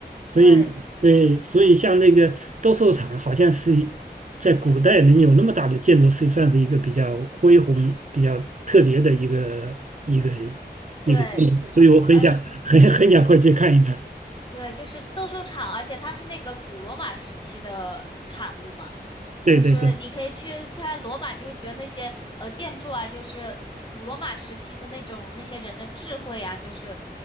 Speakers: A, on the right (about 45°); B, on the left (about 25°).
A: 所以对，
B: 对
A: 所以像那个斗兽场好像是。在古代能有那么大的建筑，是算是一个比较恢宏、比较特别的一个一个。
B: 对，
A: 一个建影，所以我很想很很想过去看一看。
B: 而。对，就是斗兽场，而且它是那个古罗马时期的产物嘛，
A: 对对对，
B: 就是你可以去看罗马，你就会觉得那些呃建筑啊，就是古罗马时期的那种那些人的智慧啊，就是